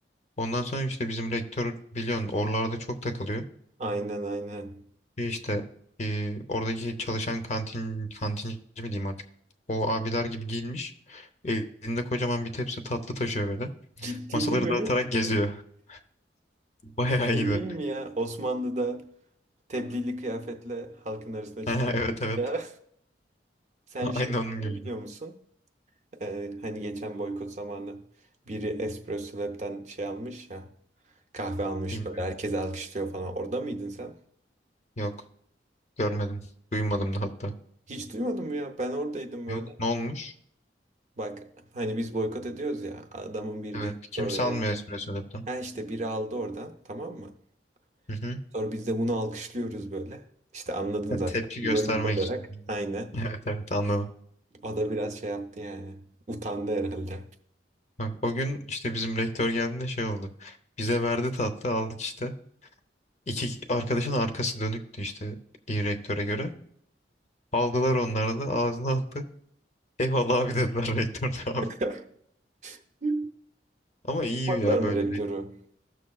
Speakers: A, on the left (about 40°); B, on the right (about 40°).
A: Ondan sonra işte bizim rektör biliyorsun oralarda çok takılıyor.
B: Aynen aynen.
A: Bir işte e, oradaki çalışan kantin kantinci mi diyeyim artık. O abiler gibi giyinmiş. Elinde kocaman bir tepsi tatlı taşıyor böyle.
B: Ciddili
A: Masaları
B: mi?
A: dağıtarak geziyor. <laughs> Bayağı
B: Bu şey
A: iyiydi.
B: değil mi
A: <laughs>
B: ya? Osmanlı'da Tebdili kıyafetle halkın arasına
A: Ha,
B: çıkan.
A: Evet
B: <laughs>
A: evet.
B: Ya sen
A: A-
B: şey
A: Aynı onun
B: olayını
A: gibiydi.
B: biliyor musun? Ee, hani geçen boykot zamanı biri Espresso Lab'den şey almış ya. Kahve almış
A: Bilmiyorum.
B: böyle herkes alkışlıyor falan. Orada mıydın sen?
A: Yok. Görmedim.
B: Hı.
A: Duymadım da hatta.
B: Hiç duymadın mı ya? Ben oradaydım
A: Yok.
B: böyle.
A: Ne olmuş?
B: Bak hani biz boykot ediyoruz ya. Adamın biri
A: Evet.
B: de gitti
A: Kimse
B: oraya.
A: almıyor espresso lap'ten.
B: Ha işte biri aldı oradan tamam mı?
A: Hı hı.
B: Sonra biz de bunu alkışlıyoruz böyle. İşte anladın
A: <laughs>
B: zaten
A: Tepki
B: İronik
A: göstermek
B: olarak.
A: için. <laughs>
B: Aynen.
A: Evet evet anladım.
B: O da biraz şey yaptı yani. Utandı herhalde.
A: Bak, o gün işte bizim rektör geldiğinde şey oldu. Bize verdi tatlı aldık işte. İki arkadaşın arkası dönüktü işte iyi rektöre göre. Aldılar onları da ağzına attı. Eyvallah abi dediler <laughs> rektör de abi.
B: <laughs> Hı?
A: Ama iyi
B: Yapmadılar
A: ya
B: mı
A: böyle
B: rektörü?
A: re-